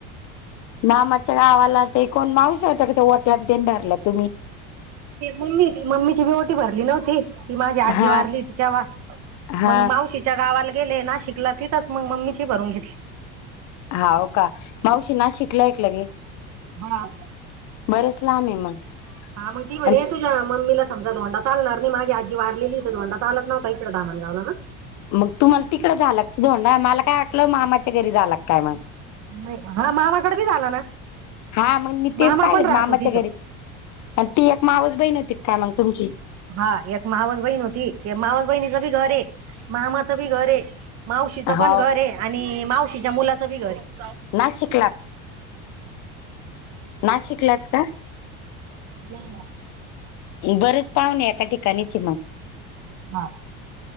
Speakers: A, on the left (about 60°); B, on the right (about 55°).
A: मामाच्या गावाला ते कोण मावसा य होता कि वट्यान भरला तुम्ही?
B: मम्मी मम्मीची बी ओटी भरली नव्हती ती माझी आजी
A: हा
B: वारली होती तेव्हा
A: हा
B: मग मावशीच्या गावाला गेले ना शिकलं तिथच मग मम्मीची भरून घेतली.
A: हा हो का मावशी ना शिकलं एक लगे
B: हा
A: बरंच लाब आहे मग
B: हां मग त म्हणे
A: आणि
B: तुझ्या म्मीला समजा ोंडा चालणार नाही माझी आजी वाारलेली तरोंडा चाला नव्ह इकडेामणगाला ह ना.
A: मग तुम्हाला तिकड झालं तुझोंडा मला काय वाटलं मामाच्या घरी झाला काय मग
B: नाही हा मामाकडे बी झाला ना.
A: हा मग मी तेच
B: मामा
A: पाहिलेत
B: पण राहतो
A: मामाच्या
B: तिथं
A: घरी ती एक मावस बहीण होती का मग तुमची?
B: हा एक मावस बहीण न होती ते मावस बहिणीचे घर मामाचं बी घर आहे मावशीचं
A: हो
B: पण घर आहे आणि मावशीच्या मुलाचं बी घर आहे.
A: ना शिकलाच ना शिकलाच का?
B: ह.
A: बरच पाहणे एका ठिकाणीची मग
B: हा.